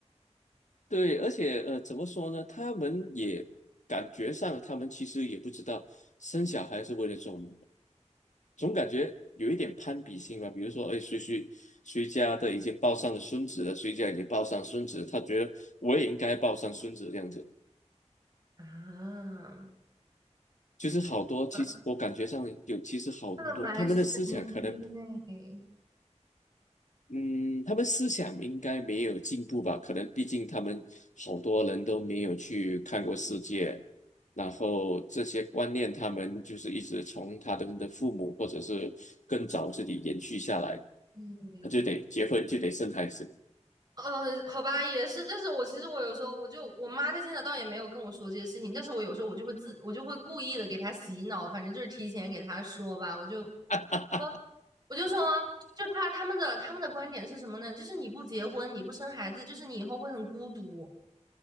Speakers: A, on the left; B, on the right.
A: 对，而且呃，怎么说呢？他们也感觉上，他们其实也不知道生小孩是为了做什么，总感觉有一点攀比心吧。比如说，哎，谁谁谁家的已经抱上了孙子了，谁家已经抱上孙子了，他觉得我也应该抱上孙子这样子。
B: <laughs>
A: 就是好多，
B: 啊，
A: 其实我感觉上有，其实好多，
B: 这个蛮神
A: 他们的思想可能
B: 经哎，
A: 嗯，他们思想应该没有进步吧？可能毕竟他们好多人都没有去看过世界，然后这些观念他们就是一直从他们的父母或者是更早自己延续下来，
B: 对
A: 他就得结婚就得生孩子。
B: 呃，好吧，也是，但是我其实我有时候我就我妈她现在倒也没有跟我说这些事情，但是我有时候我就会自我就会故意的给她洗脑，反正就是提前给她说吧，我就
A: <laughs>
B: 我我就说，就她他们的他们的观点是什么呢？就是你不结婚，你不生孩子，就是你以后会很孤独。